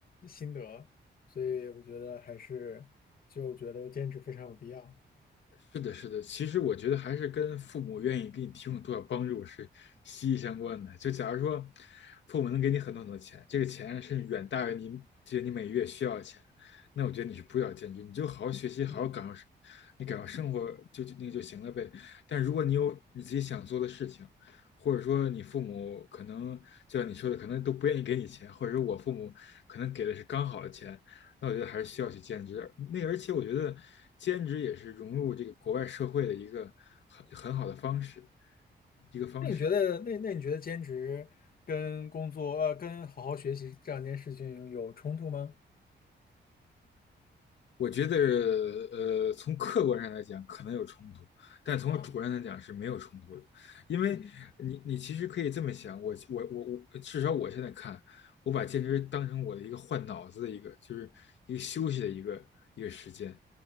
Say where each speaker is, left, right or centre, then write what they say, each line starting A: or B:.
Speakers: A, on the left; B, on the left.
A: 心得，所以我觉得还是就觉得兼职非常有必要。
B: 是的，是的。其实我觉得还是跟父母愿意给你提供多少帮助是息息相关的。就假如说，父母能给你很多很多钱，这个钱是远大于你这你每月需要的钱，那我觉得你是不要兼职，你就好好学习，好好感受生
A: 嗯。
B: 你感受生活就就那个就行了呗。但如果你有你自己想做的事情，或者说你父母可能就像你说的，可能都不愿意给你钱，或者说我父母可能给的是刚好的钱，那我觉得还是需要去兼职。那个而且我觉得兼职也是融入这个国外社会的一个很很好的方式，一个方式。
A: 那你觉得，那那你觉得兼职跟工作，呃，跟好好学习这两件事情有冲突吗？
B: 我觉得，呃，从客观上来讲可能有冲突，但从主观上来讲是没有冲突的，
A: 啊，
B: 因为你你其实可以这么想，
A: 嗯，
B: 我我我我，至少我现在看，我把兼职当成我的一个换脑子的一个，就是一个休息的一个一个时间，